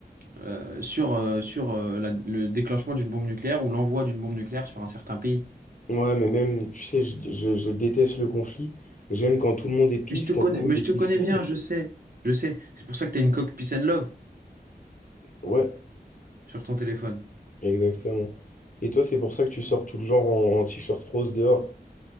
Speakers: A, on the right; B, on the left.
A: euh, sur, euh, sur euh, la- le déclenchement d'une bombe nucléaire ou l'envoi d'une bombe nucléaire sur un certain pays.
B: Ouais, mais même, tu sais, je, je, je déteste le conflit. J'aime quand tout le monde est peace,
A: Mais je te connais,
B: quand tout le
A: mais
B: monde
A: je
B: est
A: te
B: peaceful.
A: connais bien, je sais. Je sais. C'est pour ça que t'as une coque Peace and Love
B: Ouais,
A: sur ton téléphone.
B: exactement. Et toi, c'est pour ça que tu sors tout le genre en, en t-shirt rose dehors?